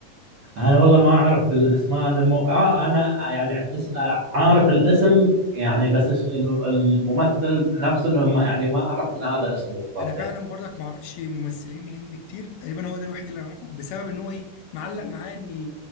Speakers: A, on the right (about 65°); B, on the left (about 85°).
A: أنا والله ما أعرف الأسماء أنا مو... آه أنا يعني اس... آه، عارف الاسم يعني بس إيش- ال- الممثل نفسه إنه ما يعني ما أعرف إن هذا اسمه بالضبط
B: انا فعلا
A: يعني
B: برضك ما اعرفش ممثلين هند كتير تقريبا هو ده الوحيد اللي انا اعرفه بسبب ان هو ايه معلق معاه ان